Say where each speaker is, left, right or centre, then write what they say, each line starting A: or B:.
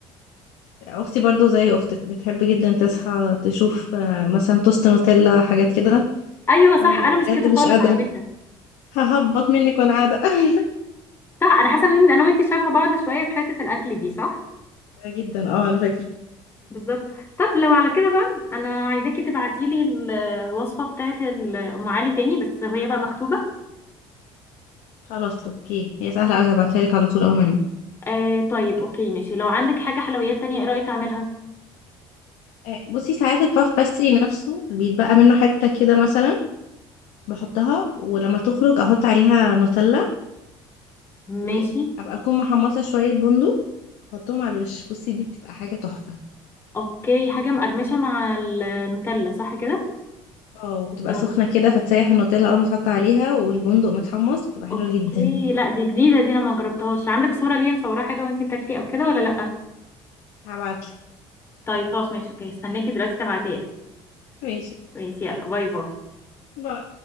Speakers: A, on the left; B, on the left.
A: اختي برضو زي اختك بتحب جدا تصحى تشوف آه، مثلا توست نوتيلا حاجات كده
B: ايوه صح
A: وانا ببقى
B: انا مش
A: بجد
B: كده
A: مش
B: خالص
A: قادره
B: على فكره
A: ههبط منك وانا قاعده <laughs>
B: صح انا حاسه ان انا وانتي شبه بعض شويه في حته الاكل دي صح
A: جدا اه على فكره
B: بالظبط طب لو على كده بقى انا عايزاكي تبعتيلي الوصفه بتاعت ال- ام علي تاني بس هي بقى مكتوبه
A: خلاص اوكي هي سهله قوي هبعتها لك على طول اول ما انام.
B: آه طيب اوكي ماشي لو عندك حاجة حلويات تانية ايه رأيك اعملها
A: آه، بصي ساعات الباف باستري نفسه بيتبقى منه حته كده مثلا بحطها ولما تخرج احط عليها نوتيلا وابقى
B: ماشي
A: اكون محمصه شويه بندق احطهم على الوش بصي دي بتبقى حاجه تحفه
B: اوكي حاجة مقرمشة مع النوتيلا صح كده
A: اه بتبقى
B: والسلطة
A: سخنة كده فتسيح النوتيلا أول ما تحط عليها والبندق متحمص بتبقى حلوة
B: اوكي
A: جدا
B: لا دي جديدة دي انا ما جربتهاش عندك صورة ليا مصورة حاجة وانتي بتاكلي او كده ولا لا
A: هبعتلك
B: طيب خلاص ماشي اوكي استناكي دلوقتي تبعتيها لي
A: ماشي
B: ماشي يلا باي باي
A: باي